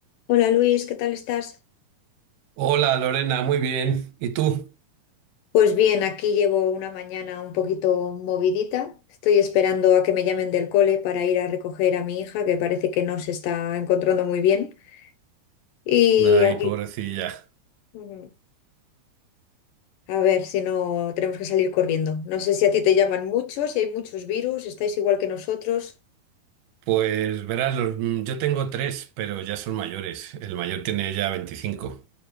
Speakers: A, on the left; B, on the right.
A: Hola Luis, ¿qué tal estás?
B: Hola Lorena, muy bien. ¿Y tú?
A: Pues bien, aquí llevo una mañana un poquito movidita. Estoy esperando a que me llamen del cole para ir a recoger a mi hija, que parece que no se está encontrando muy bien. Y
B: Ay,
A: aquí,
B: pobrecilla.
A: ujú, a ver si no tenemos que salir corriendo. No sé si a ti te llaman muchos, si hay muchos virus, estáis igual que nosotros.
B: Pues verás, los- mm, yo tengo tres, pero ya son mayores. El mayor tiene ya veinticinco,